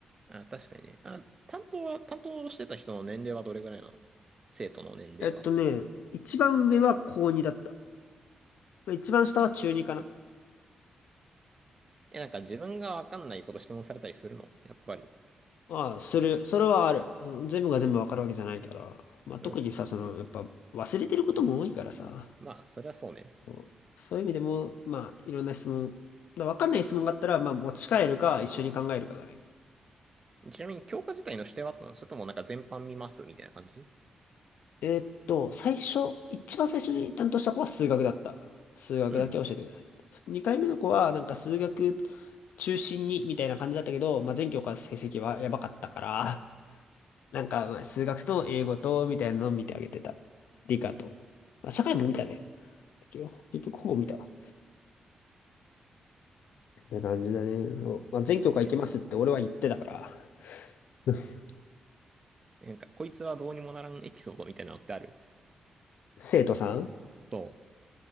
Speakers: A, on the right; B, on the left.
A: あ、確かにね。あ、担当は、担当してた人の年齢はどれぐらいなの生徒の年齢は。
B: えっとね、一番上は高2だった。一番下は中2かな。
A: え、なんか自分がわかんないこと質問されたりするのやっぱり。
B: ああ、する。それはある。うん全部が全部わかるわけじゃないから。まあ特にさ、
A: うん。
B: その、やっぱ忘れてることも多いからさ。
A: まあ、そりゃそうね。
B: そうそういう意味でも、まあいろんな質問。だからわかんない質問があったら、まあ持ち帰るか一緒に考えるかだね。
A: ちなみに教科自体の指定はあったのそれともなんか全般見ますみたいな感じ
B: えーっと、最初、一番最初に担当した子は数学だった。数学だけ教えてください。
A: うん。
B: 二回目の子は、なんか数学中心にみたいな感じだったけど、まあ、全教科成績はやばかったから、なんかまあ数学と英語とみたいなのを見てあげてた。理科と。まあ、社会も見たね。結局結局ほぼ見たわ。って感じだね。そうまあ、全教科行けますって俺は言ってたから。
A: え
B: <laughs>
A: なんか、こいつはどうにもならんエピソードみたいなのってある
B: 生徒さん
A: そう。